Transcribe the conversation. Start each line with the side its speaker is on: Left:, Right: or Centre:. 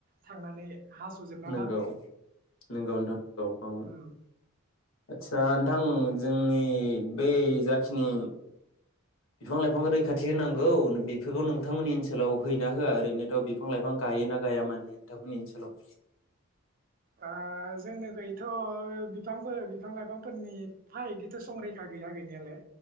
Right: थांनानै हास'जोबना
Left: नोंगौ नोंगौ <unintelligible>
Right: ओम
Left: आदसा नोंथां जोंनि बै जाखिनि बिफां-लाइफां रैखाथि होनांगौ बेफोरखौ नोंथांमोननि ओनसोलाव हैयोना होआ ओरैनोथ' बिफां-लाइफां गायोना गाया माने नोंथांमोननि ओनसोलाव?
Right: ओ जोंनिखैथ' बिफांफोर बिफां-लाइफांफोरनि एफा इदिथ' संरैखा गैया गैनायालाय